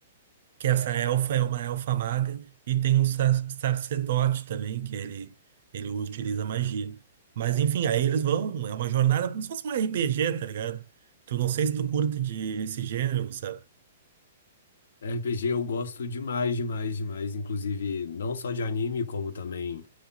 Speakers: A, on the right; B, on the left.
A: que essa elfa é uma elfa maga, e tem um sa- sacerdote também, que ele, ele utiliza magia. Mas enfim, aí eles vão, é uma jornada como se fosse um RPG, tá ligado? Tu não sei se tu curte de esse gênero, sabe?
B: RPG eu gosto demais, demais, demais. Inclusive, não só de anime, como também